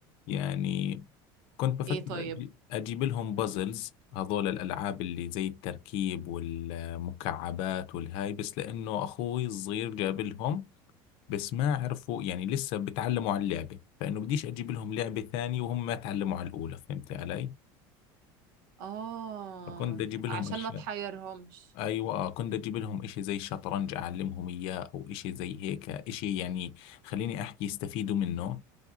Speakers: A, on the left (about 60°); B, on the right (about 80°).
A: يعني كنت بفكر
B: ايه طيب
A: أجي- اجيب لهم بازلز هذول الالعاب اللي زي التركيب والمكعبات والهاي بس لانه اخوي الصغير جاب لهم بس ما عرفوا يعني لسه بتعلموا على اللعبة فإنه بديش أجيب لهم لعبة ثانية وهم ما تعلموا على الأولى فهمت علي؟
B: اه
A: فكنت أجيب لهم
B: عشان
A: أشياء
B: ما تحيرهمش
A: أيوة آه، كنت أجيب لهم إشي زي الشطرنج أعلمهم إياه أو إشي زي هيك إشي يعني خليني أحكي يستفيدوا منه